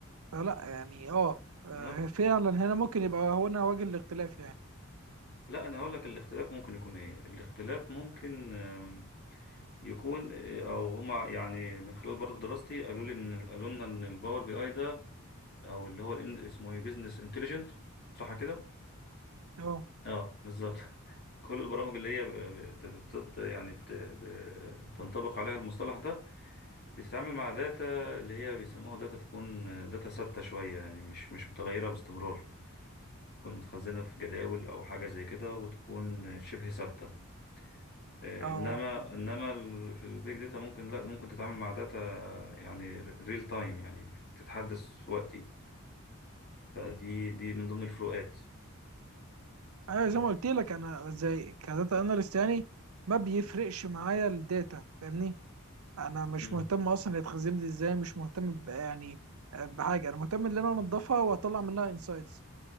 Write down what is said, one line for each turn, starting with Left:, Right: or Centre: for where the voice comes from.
Right: فلا يعني اه آه،
Left: انا أخ...
Right: فعلا هنا ممكن يبقى هنا وجه الاختلاف يعني
Left: لا انا هقول لك الاختلاف ممكن يكون ايه الاختلاف ممكن آم، يكون آه، او هما يعني من خلال برضه دراستي قالوا لي ان قالوا لنا ان الباور بي اي ده او اللي هو ال اسمه ايه بزنس انتليجنت صح كده
Right: اه
Left: اه بالظبط <laughs> كل البرامج اللي هي ب- بت- بت- يعني بت- بتنطبق عليها المصطلح ده بتتعامل مع داتا اللي هي بيسموها داتا تكون داتا ثابتة شوية يعني مش مش متغيرة باستمرار تكون متخزنة في جداول أو حاجة زي كده وتكون شبه ثابتة آه،
Right: اه
Left: إنما إنما ال- في البيج داتا ممكن لا ممكن تتعامل مع داتا يعني ريل تايم يعني تتحدث في وقتي فدي دي من ضمن الفروقات
Right: انا
Left: ف...
Right: زي ما قلت لك انا زي كداتا اناليست يعني ما بيفرقش معايا الداتا فاهمني انا مش
Left: مم.
Right: مهتم اصلا هي اتخزنت ازاي مش مهتم ب- يعني آه، بحاجه انا مهتم ان انا انضفها واطلع منها انسايتس